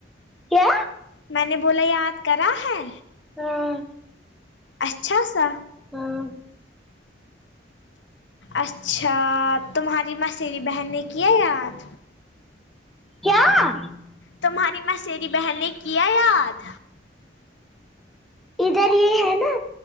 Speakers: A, in the centre; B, on the left.
A: کیا
B: میں نے بولا یاد کرا ہے
A: ہاں
B: اچھا سا
A: ہاں
B: اچھا تمہاری ماںسری بہن نے کیا یاد
A: کیا
B: تمہاری مسری بہن نے کیا یاد
A: ادھر ہی ہے نا